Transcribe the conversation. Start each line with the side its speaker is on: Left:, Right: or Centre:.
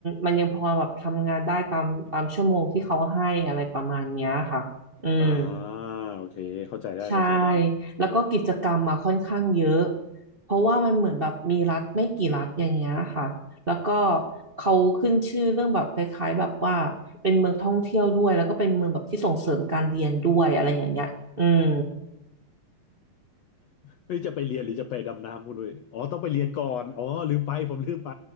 Right: มันยังพอแบบทำงานได้ตามตามชั่วโมงที่เขาให้อะไรประมาณเนี้ยค่ะ อืม
Left: อ่าอ่าโอเค เข้าใจได้เข้าใจได้
Right: ใช่แล้วก็กิจกรรมมาค่อนข้างเยอะเพราะว่ามันเหมือนแบบมีรัฐไม่กี่รัฐอย่างเงี้ยค่ะแล้วก็เขาขึ้นชื่อเรื่องแบบคล้ายๆแบบว่าเป็นเมืองท่องเที่ยวด้วยแล้วก็เป็นเมืองแบบที่ส่งเสริมการเรียนด้วยอะไรอย่างเงี้ยอืม
Left: เฮ้ยจะไปเรียนหรือจะไปดำน้ำพูดด้วยอ๋อต้องไปเรียนก่อน อ๋อลืมไปผมลืมไป